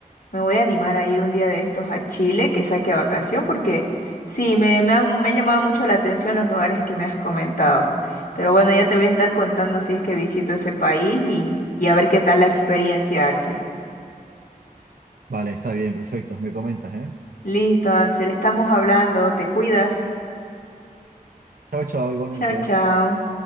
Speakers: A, on the left; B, on the right.
A: me voy a animar a ir un día de estos a Chile, que saque vacación, porque sí, me, me han, me han llamado mucho la atención los lugares que me has comentado. Pero bueno, ya te voy a estar contando si es que visito ese país y, y a ver qué tal la experiencia, Axel.
B: Vale, está bien, perfecto. Me comentas, ¿eh?
A: Listo, Axel, estamos hablando, te cuidas.
B: Chao, chao, igualmente.
A: Chao, chao.